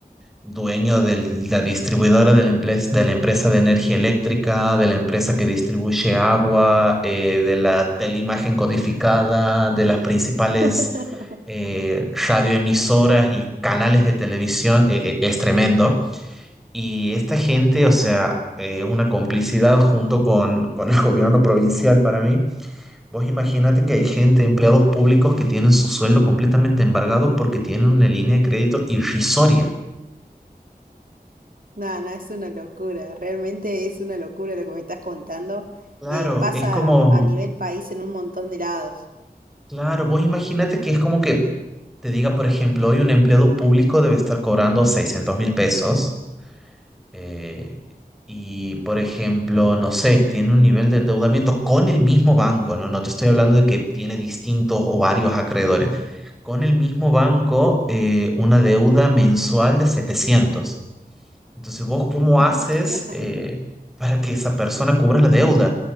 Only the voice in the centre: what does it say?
dueño de la distribuidora de la, emple- de la empresa de energía eléctrica, de la empresa que distribuye agua, eh, de la teleimagen codificada, de las principales
eh, radioemisoras y canales de televisión, eh, eh, es tremendo. Y esta gente, o sea, eh, es una complicidad junto con, con el <laughs> gobierno provincial para mí. Vos imaginate que hay gente, empleados públicos, que tienen su sueldo completamente embargado porque tienen una línea de crédito irrisoria.
Claro,
es como,
claro, vos imagínate que es como que te diga, por ejemplo, hoy un empleado público debe estar cobrando seiscientos mil pesos eh, y, por ejemplo, no sé, tiene un nivel de endeudamiento con el mismo banco, ¿no? No te estoy hablando de que tiene distintos o varios acreedores. Con el mismo banco, eh, una deuda mensual de setecientos, Entonces, ¿vos cómo
haces eh, para que esa persona cubra la deuda?